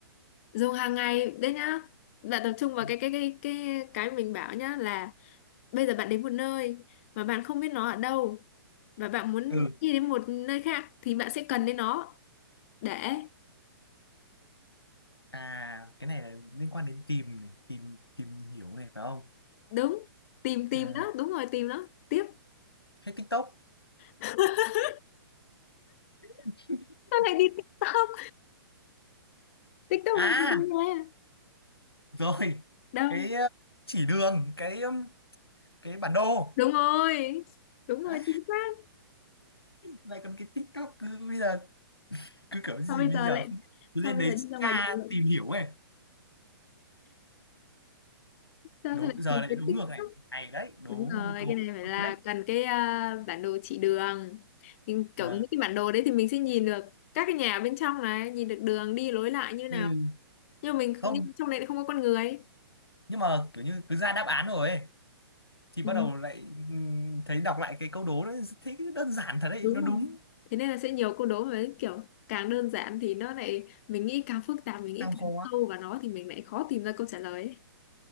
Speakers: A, on the left; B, on the left.
A: Dùng hàng ngày đấy nhá. Bạn tập trung vào
B: ừ
A: cái cái cái cái cái mình bảo nhá là bây giờ bạn đến một nơi mà bạn không biết nó ở đâu và bạn muốn
B: Ừ.
A: đi đến một nơi khác thì bạn sẽ cần đến nó để
B: À, cái này là liên quan đến tìm này, tìm tìm hiểu này phải không?
A: đúng tìm tìm
B: Ờ,
A: đó, đúng rồi tìm nó. Tiếp.
B: hay TikTok?
A: <laughs>
B: <laughs>
A: Sao lại đi TikTok? TikTok
B: À,
A: làm gì đâu nha.
B: rồi.
A: Đâu?
B: Cái ờ, chỉ đường, cái ừm, cái bản đồ.
A: Đúng rồi. Đúng rồi,
B: À,
A: chính xác.
B: lại còn cái TikTok cứ bây giờ cứ kiểu gì
A: Sao bây
B: bây
A: giờ
B: giờ
A: lại
B: không biết. Cứ
A: sao
B: lên
A: bây
B: đấy
A: giờ đi ra
B: tra
A: ngoài đường
B: tìm hiểu ấy.
A: sao
B: Đúng
A: lại
B: giờ
A: tìm
B: lại
A: đến
B: đúng
A: TikTok
B: ngược này. Hay đấy, đố
A: đúng rồi
B: câu
A: cái này phải
B: ngược
A: là
B: đấy.
A: cần cái à, bản đồ chỉ đường nhưng kiểu
B: Ờ,
A: những cái bản đồ đấy thì mình sẽ nhìn được các cái nhà bên trong này nhìn được đường đi lối lại như nào
B: ừ.
A: nhưng mà mình
B: Không,
A: nhưng trong đấy lại không có con người
B: nhưng mà kiểu như cứ ra đáp án rồi ấy thì
A: ừ,
B: bắt đầu lại ừm, thấy đọc lại cái câu đố nó rất- thấy đơn giản thật đấy,
A: đúng
B: nó đúng.
A: rồi thế nên là sẽ nhiều câu đố với kiểu càng đơn giản thì nó lại mình nghĩ càng phức tạp mình nghĩ
B: càng khó
A: càng sâu vào nó thì mình lại khó tìm ra câu trả lời ấy.